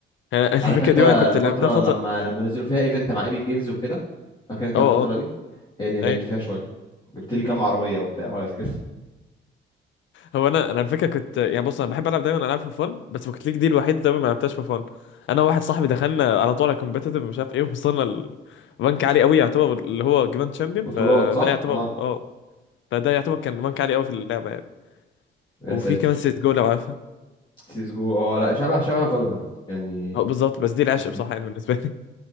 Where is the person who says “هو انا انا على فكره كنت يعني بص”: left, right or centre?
Left